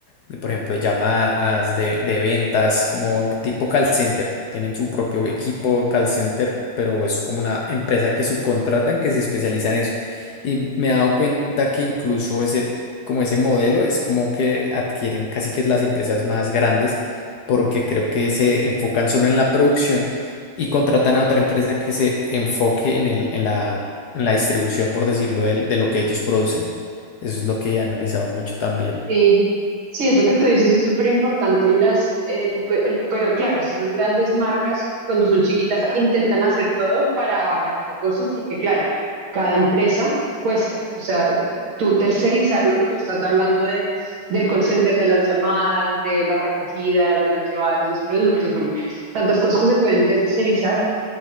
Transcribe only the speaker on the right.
Sí, sí, eso que tú dices es súper importante en las, eh, pe- pero, claro, esas son grandes marcas, cuando son chiquitas intentan hacer todo para abaratar costos, porque claro, cada empresa cuesta, o sea, t- tú tercerizar lo que tú estás hablando de, del call center, de las llamadas, de las recogidas, de las llevadas de los productos, bueno, tantas cosas que se pueden tercerizar,